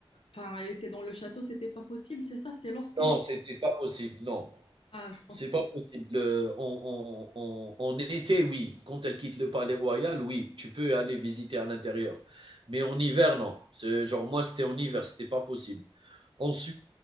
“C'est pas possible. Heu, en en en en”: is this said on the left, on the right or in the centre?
Right